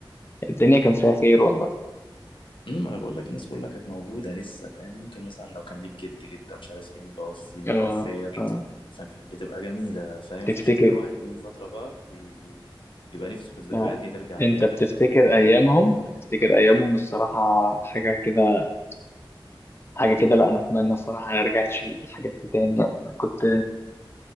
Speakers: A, on the left; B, on the left.
A: الدنيا كان فيها خير والله
B: امم انا بقول لك الناس كلها كانت موجوده لسه فاهم ممكن مثلا لو كان ليك جد جده مش عارف ايه متوفي متوفيه
A: آه آه
B: فكانت بتبقى جميله فاهم
A: تفتكر
B: فعشان كده الواحد بيجي فتره بقى بي... بيبقى نفسه في الذكريات
A: اه
B: دي ترجع تاني
A: انت بتفتكر ايامهم بتفتكر ايامهم الصراحه حاجه كده حاجه كده لا انا اتمنى الصراحه ما ارجعش الحاجات دي تاني يعني أنا كنت